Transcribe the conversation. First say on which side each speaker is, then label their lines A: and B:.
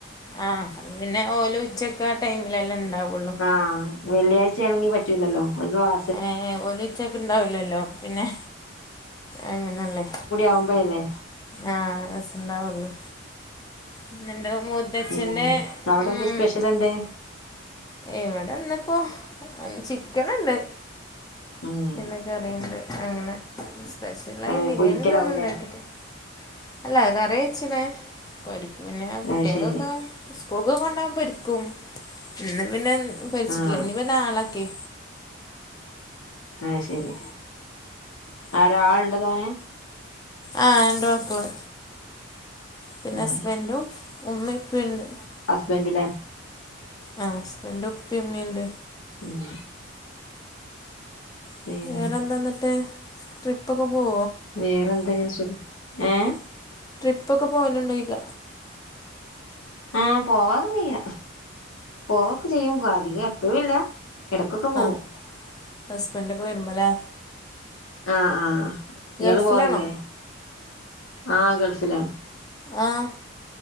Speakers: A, on the left; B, on the left.
A: ആ അപ്പൊ പിന്നെ ഓളു ഉച്ചയ്ക്കെ ആ ടൈമിലല്ലെ ഉണ്ടാവുള്ളൂ
B: ആഹ് വെള്ളിയാഴ്ച ആണെങ്കി പറ്റൂലല്ലോ ഒരു വാ
A: ഏഹ് ഓല് ഉച്ചക്ക് ഉണ്ടാവില്ലല്ലോ പിന്നെ അങ്ങനല്ലേ
B: ആവുമ്പോ ഇല്ലേ
A: ആഹ് രസണ്ടാവുള്ളു ഇന്നെന്റെ മുത്തച്ഛന്റെ
B: ഉം അവിടെ
A: ഉം
B: എന്താ സ്പെഷ്യൽ എന്തേ
A: ഇവിടെ ഇന്നിപ്പോ ചിക്കൻ ഉണ്ട്
B: ഉം
A: പിന്നെ കറിയുണ്ട് അങ്ങനെ സ്പെഷ്യലായി
B: ഏഹ്
A: ബിരിയാണിതൊന്നും
B: പൊരിക്കലാവൂലേ
A: ഉണ്ടാക്കിട്ടില്ല അല്ലെ കറി വച്ചിലെ പരിപ്പും പിന്നെ കുട്ടികൾക്കൊക്കെ
B: അത് ശരി
A: സ്കൂൾക്കെ കൊണ്ടോൻ പരിപ്പും ഇന്ന് പിന്നെ വെച്ചിട്ട്
B: ആഹ്
A: ഇല്ല ഇനി വെ നാളക്കി
B: ആഹ് ശരി ആരാ ആളുണ്ടോ തോനെ
A: ആഹ് രണ്ട് മക്കള് പിന്നെ
B: ഉം
A: ഹസ്ബന്റും ഉമ്മ ഉപ്പയും ഉണ്ട്
B: ഹസ്ബെന്റില്ലേ
A: ആഹ് ഹസ്ബന്റും ഉപ്പയും ഉമ്മയുണ്ട്
B: ഉം പിന്നെ
A: വേറെന്താന്നിട്ട് ട്രിപ്പൊക്കെ പോവോ
B: വേറെ എന്തെങ്ങനെ സുഖം ഏഹ്
A: ട്രിപ്പ് ഒക്കെ പോവലുണ്ടോ ഇക
B: ആഹ് പോവാറൊന്നിയ പോവക്കെ ചെയ്യും അധികം എപ്പോഴും ഇല്ല എടക്കൊക്കെപോകും
A: ആഹ് ഹസ്ബൻഡൊക്കെ വരുമ്പോല്ലേ
B: ആഹ് ആഹ് ഇയാള്
A: ഗൾഫിലാണോ
B: പോവാറില്ലേ ആഹ് ഗൾഫിലാ
A: ആഹ്